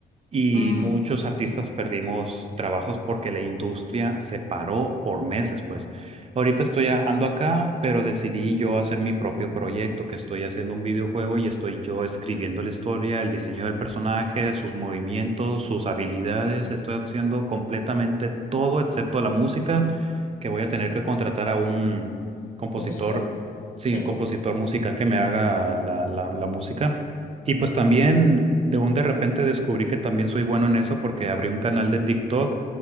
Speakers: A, on the right; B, on the left.
A: Y
B: Mm,
A: muchos artistas perdimos trabajos porque la industria se paró por meses, pues. Ahorita estoy a- ando acá, pero decidí yo hacer mi propio proyecto, que estoy haciendo un videojuego y estoy yo escribiendo la historia, el diseño del personaje, sus movimientos, sus habilidades. Estoy haciendo completamente todo excepto la música, que voy a tener que contratar a un compositor,
B: músico.
A: sí,
B: Sí.
A: compositor musical que me haga la la- la música. Y pues también de un de repente descubrí que también soy bueno en eso porque abrí un canal de TikTok